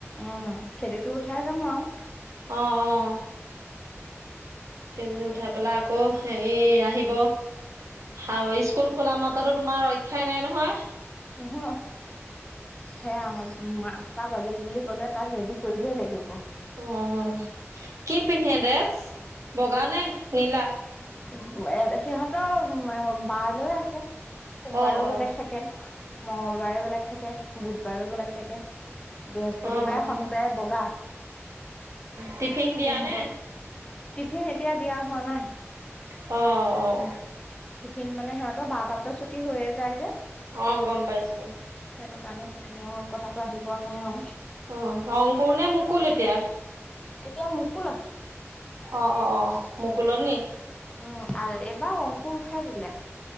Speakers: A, on the left; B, on the right.
A: উম, খেতিটো উঠাই যাম আৰু।
B: অ', অ'। খেতিটো উঠাই পেলাই আকৌ, হেৰি আহিব। হাউ, স্কুল খোলা মাত্ৰটো তোমাৰ, ৰক্ষাই নাই নহয়।
A: উহু, সেয়া মা টা বাজিল বুলি ক'লে, তাক ৰেডি কৰিবই লাগিব।
B: উম, কি পিন্ধে ড্ৰেছ, বগা নে নীলা?
A: এ, সিহঁতৰ বাৰ লৈ আছে, সোমবাৰেও
B: অঁ অঁ
A: বেলেগ থাকে। থাকে, মঙ্গলবাৰেও বেলেগ থাকে, বুধবাৰেও বেলেগ থাকে। বৃহস্পতিবাৰে,
B: অঁ অঁ
A: শনিবাৰে বগা,
B: টিফিন দিয়া
A: সোমব
B: নে
A: টিফিন এতিয়া, দিয়া হোৱা নাই।
B: অ', অ'।
A: টিফিন মানে সিহঁতৰ, বাৰটা বজাত ছুটি হৈয়ে যায় যে।
B: অ', গম পাইছো।
A: সেইটো কাৰণে, টিফিনৰ কথাটো আহি পৰা নাই আৰু।
B: অ', অংকুৰ নে মুকুল এতিয়া?
A: এতিয়া মুকুলত।
B: অ', অ', অ', মকুলত নি?
A: উম, আৰ এইবাৰ অংকুৰ উঠাই দিলে।